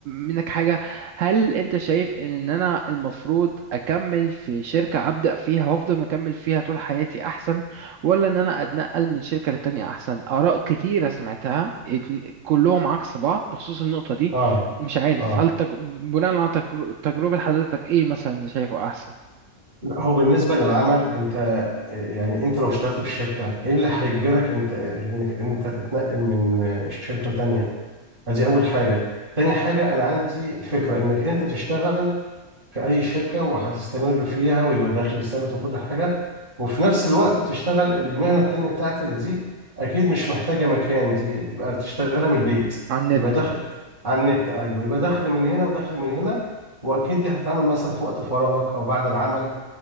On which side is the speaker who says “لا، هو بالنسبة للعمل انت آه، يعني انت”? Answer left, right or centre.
Right